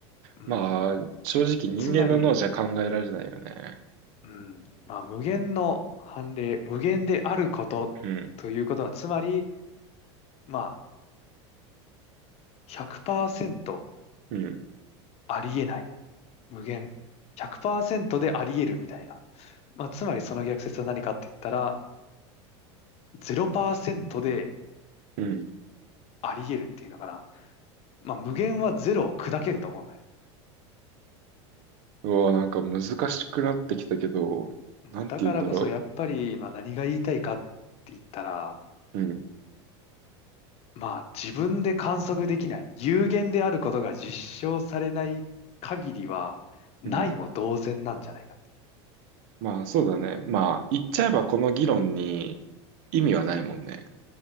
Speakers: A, on the left; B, on the right.
A: うん。
B: まあ、正直人間の脳じゃ考えられないよね。
A: つまり、うん。まあ、無限の判例、無限であることということは、
B: うん、
A: つまり、まあ、100%
B: うん、
A: ありえない。無限。100%でありえるみたいな。まあ、つまりその逆説は何かって言ったら、0%で
B: うん。
A: ありえるっていうのかな。まあ、無限はゼロを砕けると思うんだよ。
B: うわ、なんか難しくなってきたけど、
A: うん、
B: なんて言うんだろ
A: だからこそやっぱり、まあ、何が言いたいかって言ったら、
B: う。うん、
A: まあ自分で観測できない、有限であることが実証されない限りは、ないも同然なんじゃないかって。
B: うん。まあ、そうだね。まあ、言っちゃえばこの議論に意味はないもんね。